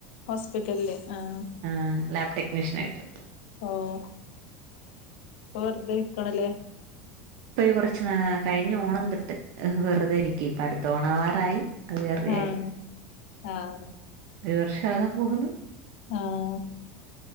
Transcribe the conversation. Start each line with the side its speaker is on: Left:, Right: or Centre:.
Left: ഹോസ്പിറ്റലിൽ ആഹ്
Right: ആഹ് ലാബ് ടെക്നീഷ്യൻ ആയിട്ട്
Left: ഓഹ് അപ്പൊ വെറുതെ ഇരിക്കണല്ലേ
Right: ഇപ്പൊ ഈ കുറച്ച് കഴിഞ്ഞ ഓണം തോട്ട് വെറുതൊയിരിക്കും ഇപ്പ അടുത്ത ഓണവാറായി അത് <unintelligible> കാര്യം
Left: ആഹ് ആഹ്
Right: ഒരു വർഷ ആകാൻ പോകുന്നു
Left: ആഹ്